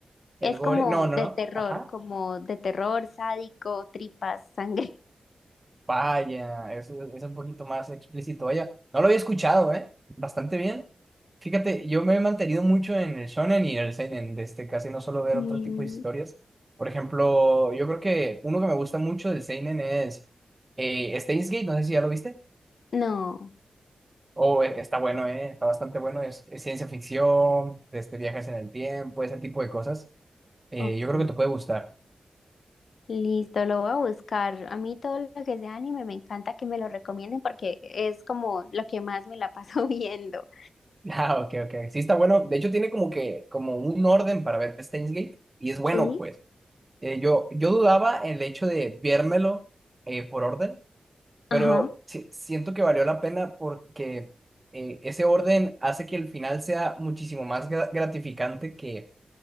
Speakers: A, on the left; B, on the right.
A: Es
B: El Gore.
A: como
B: No, no,
A: de
B: no.
A: terror,
B: Ajá.
A: como de terror, sádico, tripas, sangre. <laughs>
B: Vaya, eso es un poquito más explícito. Vaya, no lo había escuchado, ¿eh? Bastante bien. Fíjate, yo me he mantenido mucho en el shonen y el seinen, de este, casi no suelo ver
A: Mm,
B: otro tipo de historias. Por ejemplo, yo creo que uno que me gusta mucho del seinen es eh, Steins Gate, no sé si ya lo viste.
A: no,
B: Oh, eh, está bueno, eh, está bastante bueno. Es, es ciencia ficción, este, viajes en el tiempo, ese tipo de cosas. Eh,
A: ok.
B: yo creo que te puede gustar. <laughs>
A: Listo, lo voy a buscar. A mí todo lo que sea anime me encanta que me lo recomienden porque es como lo que más me la paso <laughs> viendo.
B: Ah, ok, ok. Sí, está bueno. De hecho, tiene como que, como un orden para ver Steins Gate. Y es bueno,
A: Sí.
B: pues. Eh, yo, yo dudaba en el hecho de viérmelo eh, por orden,
A: Ajá,
B: pero sí- siento que valió la pena porque eh, ese orden hace que el final sea muchísimo más gra- gratificante que,